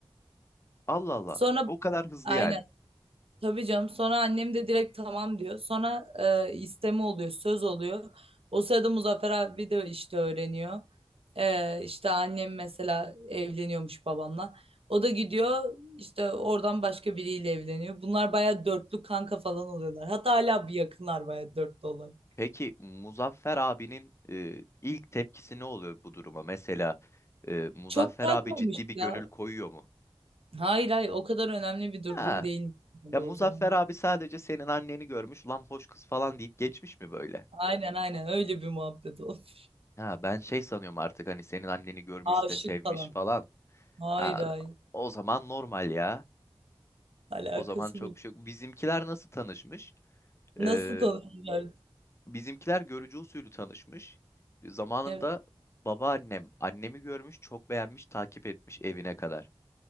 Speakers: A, on the left (about 25°); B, on the right (about 65°).
A: Allah Allah.
B: Sonra
A: O kadar hızlı
B: Aynen.
A: yani.
B: Tabii canım sonra annem de direkt tamam diyor. Sonra e, isteme oluyor, söz oluyor. O sırada Muzaffer abi de işte öğreniyor. E, işte annem mesela evleniyormuş babamla. O da gidiyor işte oradan başka biriyle evleniyor. Bunlar baya dörtlü kanka falan oluyorlar. Hatta hala bir yakınlar baya dörtlü olarak.
A: Peki Muzaffer abinin e, ilk tepkisi ne oluyor bu duruma? Mesela e, Muzaffer
B: Çok takmamış
A: abi ciddi bir
B: ya.
A: gönül koyuyor mu?
B: Hayır hayır o kadar önemli bir durum
A: Ha.
B: değil gibi
A: Ya Muzaffer
B: o zaman.
A: abi sadece senin anneni görmüş, lan hoş kız falan deyip geçmiş mi böyle?
B: Aynen aynen öyle bir muhabbet olmuş.
A: Ha ben şey sanıyorum artık hani senin anneni görmüş
B: Aşık
A: de sevmiş
B: falan.
A: falan.
B: Hayır
A: Ha,
B: hayır
A: o zaman normal ya.
B: alakası
A: O zaman çok
B: bile.
A: bir şey yok. Bizimkiler nasıl tanışmış?
B: Nasıl
A: Ee,
B: tanımıyorlar?
A: bizimkiler görücü usulü tanışmış. Zamanında
B: Evet.
A: babaannem annemi görmüş, çok beğenmiş, takip etmiş evine kadar.